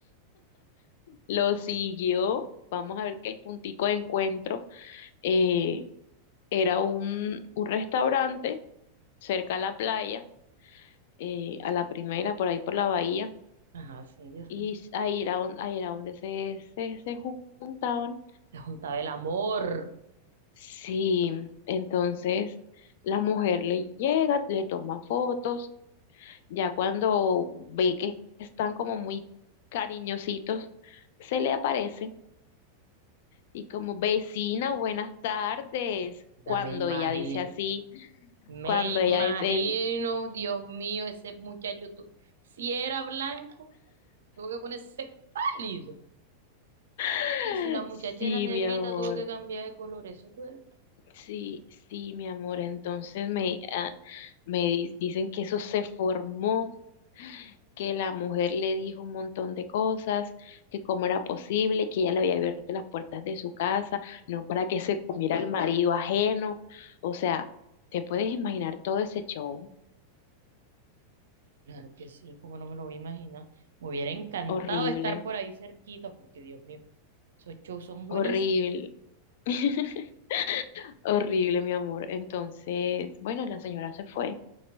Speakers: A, on the left (about 50°); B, on the right (about 60°).
A: lo siguió. Vamos a ver que el puntico de encuentro eh, era un, un restaurante cerca a la playa eh, a la primera, por ahí por la bahía,
B: Ajá, sí, yo sé.
A: y ahí era, on- ahí era donde se, se, se juntaban.
B: Te juntaba el amor.
A: Sí, entonces la mujer le llega, le toma fotos, ya cuando ve que están como muy cariñositos, se le aparece y como vecina, buenas tardes. Cuando
B: Ya me imagino.
A: ella dice así,
B: Me
A: cuando ella
B: imagino,
A: dice el,
B: Dios mío, ese muchacho, tú, si era blanco, tuvo que ponerse pálido.
A: <gasps> <laughs>
B: Y si la muchacha
A: sí,
B: era negrita,
A: mi amor.
B: tuvo que cambiar de color. Eso fue-
A: Sí, sí, mi amor. Entonces me, ah, me di- dicen que eso se formó, que la mujer le dijo un montón de cosas, que cómo era posible, que ella le había abierto las puertas de su casa, no para que se comiera al marido ajeno. O sea, te puedes imaginar todo ese show.
B: Claro que sí, como no me lo voy a imaginar. Me hubiera encantado
A: Horrible,
B: estar por ahí cerquita, porque Dios mío, esos shows son buenísimos.
A: horrible, <laughs> horrible, mi amor. Entonces, bueno, la señora se fue,